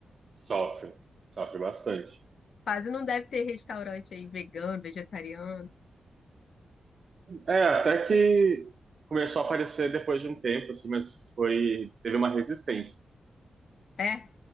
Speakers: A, on the right; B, on the left.
A: Sofre, sofre bastante.
B: Quase não deve ter restaurante aí vegano, vegetariano.
A: É, até que começou a aparecer depois de um tempo, assim, mas foi, teve uma resistência.
B: É,